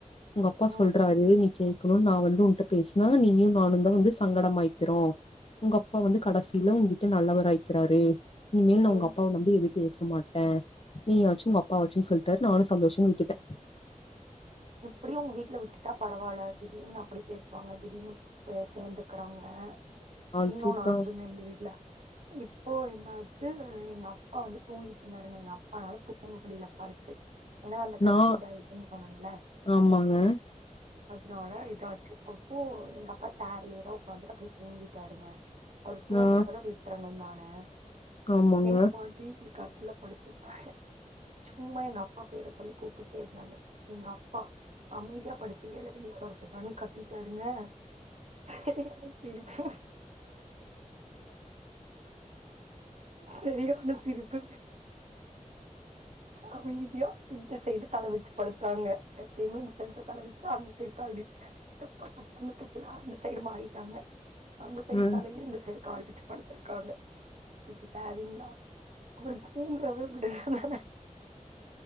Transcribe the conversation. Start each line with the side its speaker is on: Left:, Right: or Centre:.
Left: உங்க அப்பா
Right: ம்
Left: சொல்றாரு நீ கே இருக்கணும்னு நா வந்து உன்ட்ட பேசுனா நீயு நானு தா வந்து சங்கடோ மாயிக்குரோ உங்க அப்பா வந்து கடைசியில உங்கிட்ட நல்லவராயக்கிறாரு இனிமேல் நா
Right: ம்
Left: உங்க அப்பாவை நம்பி எது பேச மாட்டே நீ வாச்சு உங்க அப்பா வாச்சுன்னு சொல்ட்டு இருக்காரு நானு சந்தோஷம்னு விட்டுட்டே
Right: எப்டியு உங்க வீட்ல விட்டுட்டா பரவால்ல திடீர்னு அப்டி பேசுவாங்க திடீர்னு பேய் சேர்ந்துக்கிறவங்க
Left: அதுதா
Right: இன்னொன்னு ஆச்சுங்க எங்க வீட்டு்ல இப்போ என்னாச்சு எங்க அப் அப்பா வந்து தூங்கிட்டுதா இருந்தாருங்க எங்க அப்பானால தூங்கமுடியல படுத்து ஏன்னா அந்த கையில
Left: நா
Right: இதயிருக்குன்னு சொன்னேல்ல
Left: ஆமாங்க
Right: அதனால இதாச்சு அப்போ எங்க அப்பா சேர்லயே தா உக்காந்துட்டு அப்டியே தூங்கிட்டாருங்க அவர் தூங்குறவர
Left: ஆ
Right: வேயிட்பண்ணு தானு
Left: ஆமாங்க
Right: எங்க பாட்டி கட்டுல படுத்திருந்தாங்க சும்மா எங்க அப்பா பேரை சொல்லி கூப்பிட்டே இருந்தாங்க எங்க அப் ப்ப அமைதியா படுக்கூறிய இலையா வெளிய தொரத்தட்டுமா கத்திட்டாருங்க சரி திருப்ப சரியான சிரிப்பு அமைதியா இந்த சைடு தல வச்சு படுத்தாங்க எப்பயுமே இந்த சைடு தலைவிச்சா அந்த சைடு காழ்னிட்டி எங்க அப்பா காத்தா பக்கத்துல அந்த சைடு மாறிட்டாங்க அந்த சைடு
Left: ம்
Right: தலையிம் இந்த சைடு கால் வச்சு படுத்திருக்காங்க இது தேவீங்களா அப்டி தூங்குறவங்கல விடுவான